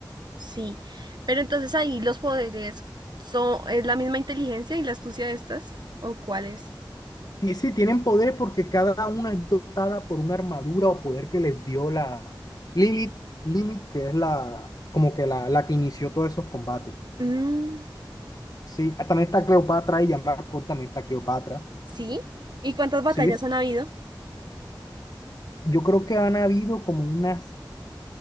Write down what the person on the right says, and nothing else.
sí, pero entonces ahí los poderes son, es la misma inteligencia y la astucia de estas, ¿o cuáles?
es? Mm,
sí. ¿Y cuántas batallas
han habido?